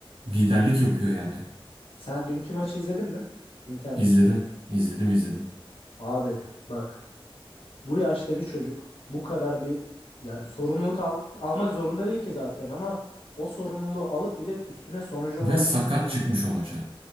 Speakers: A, on the right; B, on the left.
A: liderlik yapıyor yani.
B: Sen dünkü maçı izledin mi? Inter
A: İzledim,
B: maçını.
A: izledim, izledim.
B: Abi bak bu yaşta bir çocuk bu kadar bir yani sorumluluk al- almak zorunda değil ki zaten ama o sorumluluğu alıp bir de üstüne sonuca ulaşması
A: Ve sakat
B: benim
A: çıkmış
B: ya.
A: o maça.